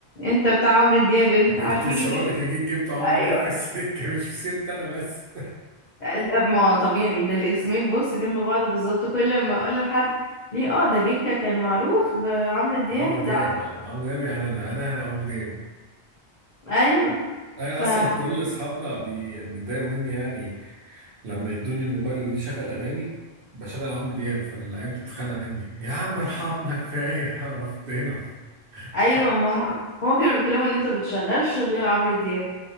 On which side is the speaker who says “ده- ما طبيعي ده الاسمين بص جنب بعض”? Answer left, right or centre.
Left